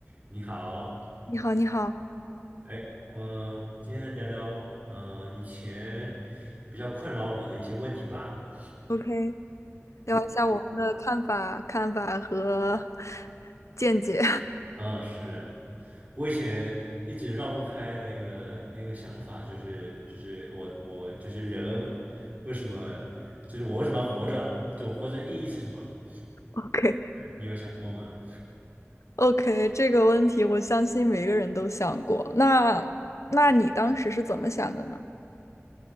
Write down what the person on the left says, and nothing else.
你好，你好
，OK，聊一下我们的看法、看法和 <laughs> 见解。<laughs>
OK，
OK，这个问题我相信每个人都想过。那，那你当时是怎么想的呢？